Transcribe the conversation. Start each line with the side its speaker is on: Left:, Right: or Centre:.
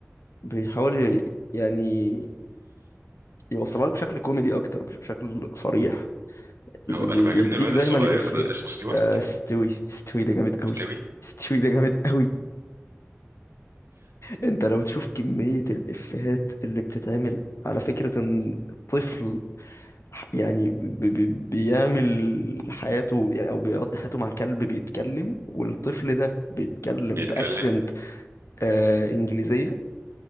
Left: بيحاول ي- يعني يوصلها لك بشكل كوميدي اكتر مش بشكل صريح بي-
Right: هو أنا
Left: بي-
Right: بيعجبني
Left: بيديك
Right: الواد
Left: دايما
Right: الصغير
Left: الإفيه
Right: ده اسمه ستيوارت
Left: آه، استوي استوي ده جامد قوي
Right: ستيوي
Left: استوي ده جامد قوي انت لو تشوف كمية الإفيهات اللي بتتعمل على فكرة ان الطفل ح- يعني بي- بي- بيعمل حياته يعني او بيقضي حياته مع كلب بيتكلم والطفل ده بيتكلم
Right: بيتكلم
Left: باكسنت آه انجليزية